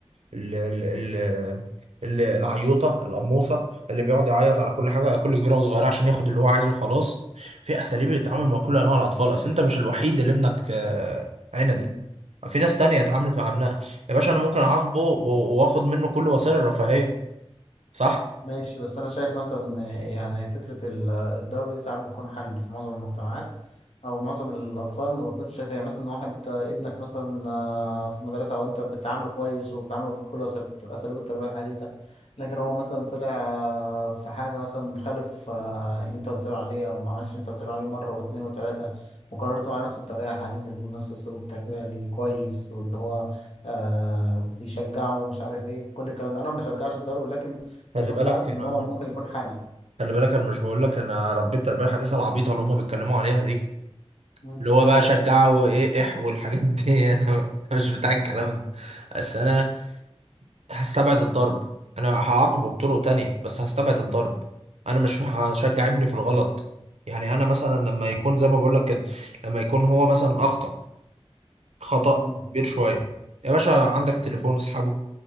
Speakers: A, on the right (about 80°); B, on the left (about 75°).
A: ال ال ال- العيوطه القموصه اللي بيقعد يعيط على كل حاجه كل كبيره وصغيره عشان ياخد اللي هو عايزه خلاص في اساليب للتعامل مع كل انواع الاطفال اصل انت مش الوحيد اللي ابنك آه، عندي
B: مم.
A: في ناس تانية اتعاملت مع ابنها يا باشا انا ممكن
B: فاهمك
A: اعاقبه و- واخد منه كل وسائل الرفاهيه صح
B: ماشي بس أنا شايف مثلا يعني فكرة ال- الضرب دي ساعات بيكون حل في معظم المجتمعات أو معظم الأطفال ما بيكونش شايفها يعني مثلا واحد آه، ابنك مثلا آه، في المدرسة أو أنت بتعامله كويس وبتعامله بكل أسل- أساليب التربية الحديثة لكن هو مثلا طلع آه، في حاجة مثلا خالف آه، اللي أنت قلت له عليه أو ما عملش اللي أنت قلت له عليه مرة واتنين وتلاتة وقررت معاه نفس الطريقة الحديثة دي ونفس أسلوب التربية الكويس واللي هو آه، بيشجعه ومش عارف إيه كل الكلام ده أنا ما بشجعش الضرب لكن
A: خلي
B: بشوف
A: بالك
B: ساعات
A: انا
B: ان هو ممكن يكون حل
A: خلي بالك انا مش بقول لك انا ربيت التربيه الحديثه العبيطه اللي هم بيتكلموا عليها دي
B: مم.
A: اللي هو بقى شجعه وايه اح والحاجات دي <laughs> انا مش بتاع
B: مم.
A: الكلام
B: مم.
A: ده بس انا هستبعد الضرب انا هعاقبه بطرق تانية بس هستبعد الضرب انا مش هشجع ابني في الغلط يعني انا مثلا لما يكون زي ما بقول لك كده لما يكون هو مثلا اخطأ خطأ
B: مم.
A: كبير شوية يا باشا عندك تليفون اسحبه